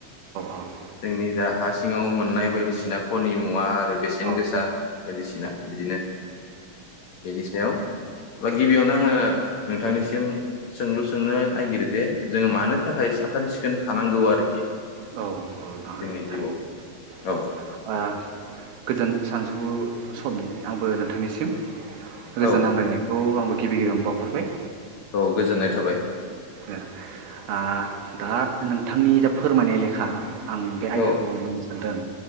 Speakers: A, on the right (about 80°); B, on the left (about 60°).
A: औ नोंथां औ
B: जोंनि जा हासि सिङाव मोननाय बायदिसिना खनि मुवा आरो बेसेन
A: नोंथां
B: गोसा बायदिसिना बिदिनो बेनि सायाव बा गिबियावनो आङो नोंथांनिसिम सोंलु सोंनो नागिरो जे जों मानो थाखाय साखोन सि सिखोन थानांगौ आरोखि
A: औ औ
B: जोंनि
A: थारैनो
B: जिउआव औ
A: औ गोजोन सानजौफु समनि आंबो नोंथांनिसिम गोजोन
B: औ
A: हामलायनायखौ आंबो गिबि गिबियावनो बावहरबाय
B: औ गोजोननाय थाबाय
A: औ आ दा नोंथांनि जा फोरमायनाय लेखा आं बे आयदाखौ
B: औ
A: बुंनो सानदों